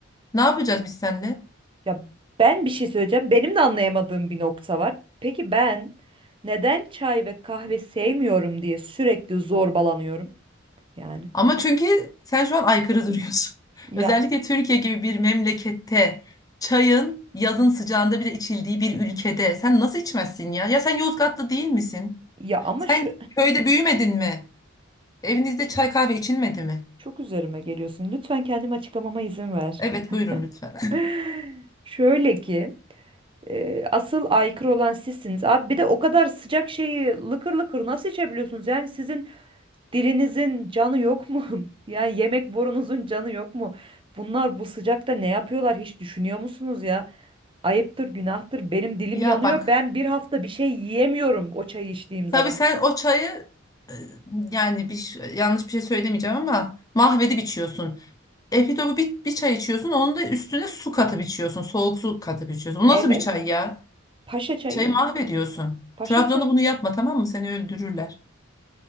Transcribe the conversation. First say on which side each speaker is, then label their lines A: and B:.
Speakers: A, on the left; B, on the right.
A: Ne yapacağız biz seninle?
B: Ya ben bir şey söyleyeceğim. Benim de anlayamadığım bir nokta var. Peki ben neden çay ve kahve sevmiyorum diye sürekli zorbalanıyorum yani.
A: Ama çünkü sen şu an aykırı duruyorsun. <laughs>
B: Ya
A: Özellikle Türkiye gibi bir memlekette çayın yazın sıcağında bile içildiği bir ülkede sen nasıl içmezsin ya? Ya sen Yozgatlı değil misin?
B: ya ama
A: Sen
B: şu
A: köyde büyümedin mi? Evinizde çay kahve içilmedi mi?
B: çok üzerime geliyorsun. Lütfen kendimi açıklamama izin ver.
A: Evet buyurun lütfen. <laughs>
B: <laughs> Şöyle ki e, asıl aykırı olan sizsiniz. Abi bir de o kadar sıcak şeyi lıkır lıkır nasıl içebiliyorsunuz? Yani sizin Dilinizin canı yok mu? <laughs> Yani yemek borunuzun canı yok mu? Bunlar bu sıcakta ne yapıyorlar hiç düşünüyor musunuz ya? Ayıptır, günahtır. Benim dilim
A: Ya
B: yanıyor.
A: bak
B: Ben bir hafta bir şey yiyemiyorum o çayı içtiğim zaman.
A: tabii sen o çayı e, yani bir ş- yanlış bir şey söylemeyeceğim ama mahvedip içiyorsun. Efitopu bir, bir çay içiyorsun onun da üstüne su katıp içiyorsun. Soğuk su katıp içiyorsun. Bu
B: Evet.
A: nasıl bir çay ya?
B: Paşa çayı.
A: Çayı mahvediyorsun.
B: Paşa
A: Trabzon'da
B: çayı.
A: bunu yapma tamam mı? Seni öldürürler.